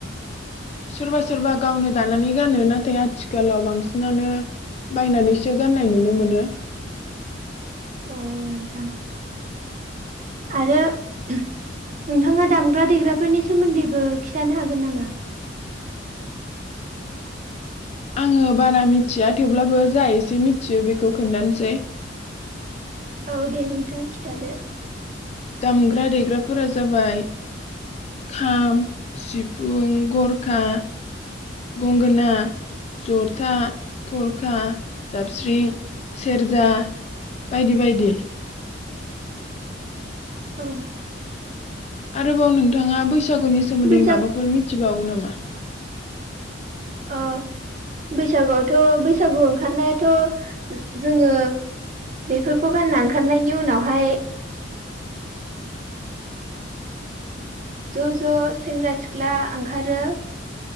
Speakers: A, on the left; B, on the right.
A: सोरबा सोरबा गावनो दानानै गानो नाथाय आथिखालाव बांसिनानो बायनानैसो गाननाय नुनो मोनो‌।
B: अ नोंथां आरो नोंथाङा दामग्रा देग्राफोरनि सोमोन्दैबो खिन्थानो हागोन नामा?
A: आङो बारा मिथिया थेवब्लाबो जा एसे मिथियो बेखौ खोन्थानोसै।
B: औ दे नोंथां खिन्थादो।
A: दामग्रा देग्राफोरा जाबाय खाम सिफुं गरखा गंगोना ज'था थरखा जाबस्रिं सेरजा बायदि बायदि।
B: औ
A: आरोबाव नोंथाङा बै बैसागुनि सोमोन्दै
B: बैसाग
A: माबाफोर मिथिबावो नामा?
B: अ बैसागुआवथ' बैसागु ओंखारनायाथ' जोङो बेफोरखौ गानना ओंखारनायनि उनावहाय ज' ज' सेंग्रा सिख्ला ओंखारो